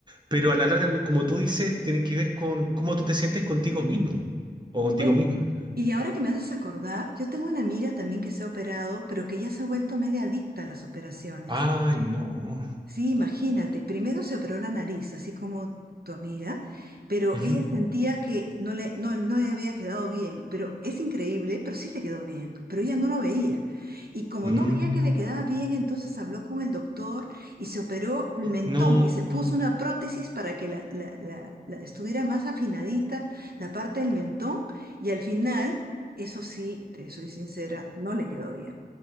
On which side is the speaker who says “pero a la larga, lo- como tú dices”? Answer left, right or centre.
Right